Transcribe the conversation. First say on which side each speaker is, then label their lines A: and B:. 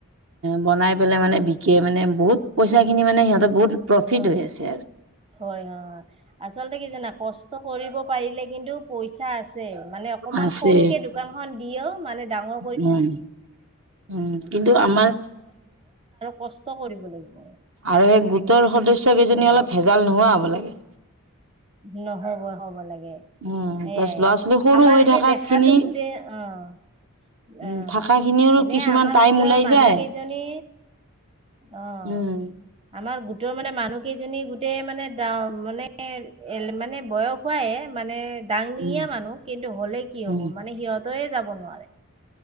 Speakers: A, on the right (about 60°); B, on the right (about 25°).
A: বনাই পেলাই মানে বিকে মানে বহুত পইচা খিনি মানে সিহ বহুত প্ৰফিট
B: অ',
A: হৈ আছে আৰু
B: হয় হয় আচলতে কি জানা কষ্ট কৰিব পাৰিলে কিন্তু পইচা আছে মানে অকমান
A: আছে
B: সৰুকে দোকান খন দিয়েও মানে, বাহ
A: উম, উম, কিন্তু আমাৰ
B: কষ্ট কৰিব লাগিব
A: আৰু সেই গোটৰ সদস্য কেইজনী
B: সেয়াই
A: অলপ ভেজাল নোহোৱা হ'ব লাগে।
B: নহ'ব হ'ব লাগে।
A: উম
B: এয়াই
A: তাৰপিছত ল'ৰা ছোৱালী সৰু
B: আমাৰ
A: হৈ
B: এনে
A: থকা
B: দেখাতো
A: খিনি
B: গোটেই অ'
A: উ
B: অ'
A: থকা খিনিৰো
B: এনে
A: কিছুমান
B: আমাৰ
A: টাইম
B: গোটৰ
A: ওলাই
B: মানুহ
A: যায়
B: কেইজনী অ'
A: উম
B: আমাৰ গো তৰ মানে মানুহ কেইজনী গোটেই মানো মানে এ মানে বয়স খুৱাই মানে দাংনিঙীয়া
A: উম
B: মানুহ কিন্তু হ'লে কি হ'ব
A: উম
B: মানে সিহঁতেৰে যাব নোৱাৰে